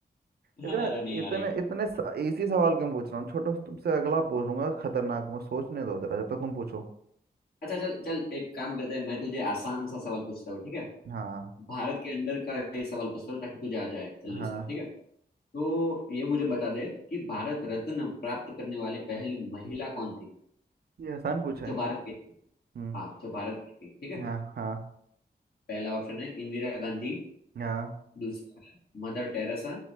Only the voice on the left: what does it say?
bell
हाँ, अरे नहीं
हारेगा
अच्छा चल चल एक काम करते हैं मैं तुझे आसान सा सवाल पूछता हूँ ठीक है
भारत के अंदर का ये सवाल पूछता हूँ ताकि तुझे आ जाए जल्दी
से ठीक है तो ये मुझे बता दे कि भारत रत्न प्राप्त करने वाली पहली महिला कौन थी
जो
भारत की थी
हाँ जो भारत की थी ठीक है
पहला ऑप्शन है इंदिरा गांधी
दूसरा है मदर टेरेसा